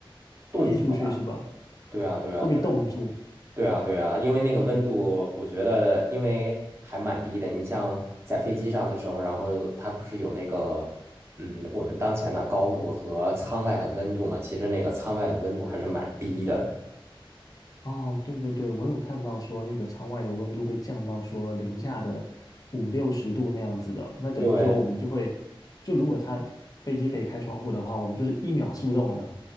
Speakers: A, on the right; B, on the left.
A: 冻住了吧？
B: 滴出去是吧？
A: 对啊，对啊，
B: 会被冻住。
A: 对啊，对啊，对啊，因为那个温度，我觉得因为还蛮低的。你像在飞机上的时候，然后它不是有那个嗯，我们当前的高度和舱外的温度嘛？其实那个舱外的温度还是蛮低的。
B: 哦，对对对，我有看到说那个窗外的温度会降到说零下的五六十度那样子的，那等于说我们就会，
A: 对
B: 就如果它飞机可以开窗户的话，我们就是一秒速冻了